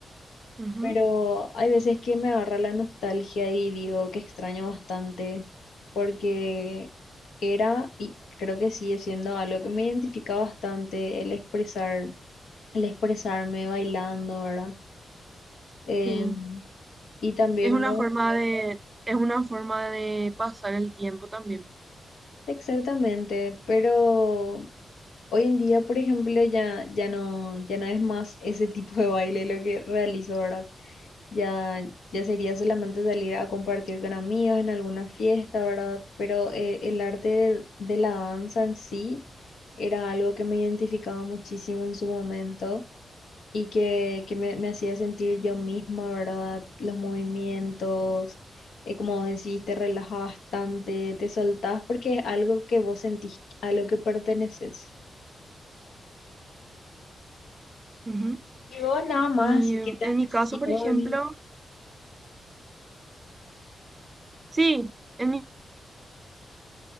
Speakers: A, on the right; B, on the left.
A: ujú.
B: pero hay veces que me agarra la nostalgia y digo que extraño bastante porque era y creo que sigue siendo algo que me identifica bastante el expresar, el expresarme bailando, ¿verdad? Em,
A: Sí,
B: y también
A: es una
B: me...
A: forma de, es una forma de pasar el tiempo también.
B: Exactamente, pero Hoy en día, por ejemplo, ya, ya no, ya no es más ese tipo de baile lo que realizo, ¿verdad? Ya, ya sería solamente salir a compartir con amigos en alguna fiesta, ¿verdad? Pero eh, el arte de, de la danza en sí era algo que me identificaba muchísimo en su momento y que, que me, me hacía sentir yo misma, ¿verdad? Los movimientos, eh, como decís, te relajas bastante, te soltás porque es algo que vos sentís, a lo que perteneces.
A: Ujú.
B: Y vos nada más,
A: Y
B: así
A: em,
B: que te
A: en
B: aficiones.
A: mi caso, por ejemplo, sí, en mi,